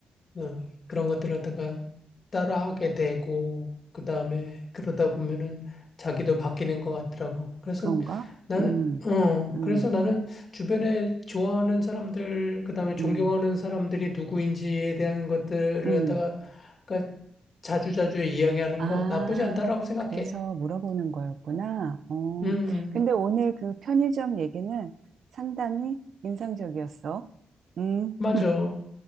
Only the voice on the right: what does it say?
그런가?
음,
음,
음,
음.
아,
그래서 물어보는 거였구나. 어,
근데 오늘 그 편의점 얘기는 상당히 인상적이었어. 음.